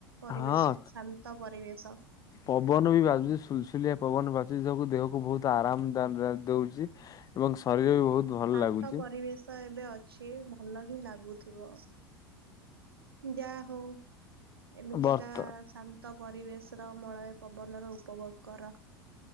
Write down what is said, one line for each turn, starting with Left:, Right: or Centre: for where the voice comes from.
Right: ପରିବେଶ
Left: ହଁ
Right: ଶାନ୍ତ ପରିବେଶ।
Left: ପବନ ବି ବାଜୁଛି ସୁଲସୁଲିଆ ପବନ ବାଜୁଛି ଯୋ ଦେହକୁ ବହୁତ ଆରାମ ଦଉଛି। ଏବଂ ଶରୀର ରେ ବହୁତ। ଭଲ
Right: ଶାନ୍ତ
Left: ଲାଗୁଛି
Right: ପରିବେଶ ଏବେ ଅଛି ଭଲ ହିଁ ଲାଗୁଥିବ। ଯାହା ହଉ ଏମିତିକା
Left: ବର୍ତ୍ତ
Right: ଶା ନ୍ତ ପରିବେଶର ମଳୟ ପବନର ଉପଭୋଗ କର।